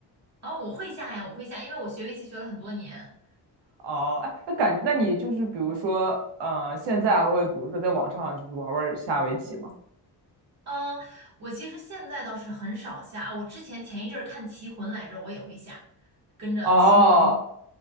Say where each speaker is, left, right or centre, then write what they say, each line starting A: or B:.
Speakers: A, on the right; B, on the right.
A: 啊，我会下呀，我会下，因为我学围棋学了很多年。
B: 哦，哎，那感，那你就是比如说，呃，现在还会比如说在网上就是玩玩下围棋吗？
A: 嗯，我其实现在倒是很少下啊。我之前前一阵儿看《棋魂》来着，我也会下，跟着《棋魂》
B: 哦